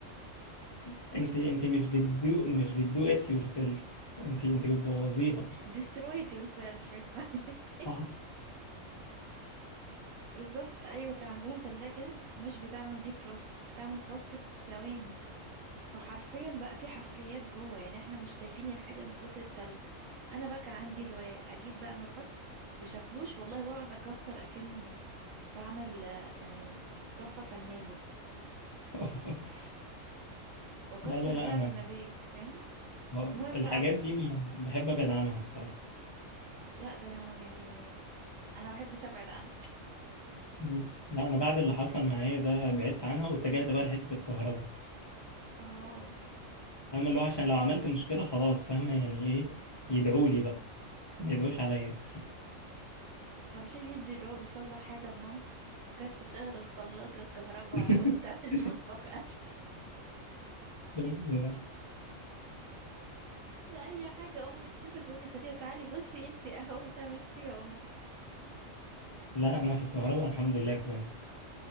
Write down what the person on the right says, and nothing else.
destroyed yourself اسمها. <laughs>
بالظبط ايوه كان عندنا تلاجة مش بتعمل دي فروست بتعمل فروست في ثواني فحرفيا بقى في حفريات جوه يعني احنا مش شايفين الحاجة من كتر التلج انا بقى كان عندي هواية اجيب بقى مفك وشاكوش والله واقعد اكسر اكني بعمل آه، يعني تحفة فنية
واكسر
بقى
بمزاج فاهم
المهم
بقى
لا ده انا يعني انا ما بحبش ابعد عنها
اه
كان في فيديو اللي هو بيصلح حاجة لمامته جت تشغل الخلاط الكهرباء
<laughs> بتاع المطبخ قفل
ده اي حاجة امي تشوفها تقول لي فريدة تعالي بصي انتي اهو ده ميرسي يا امي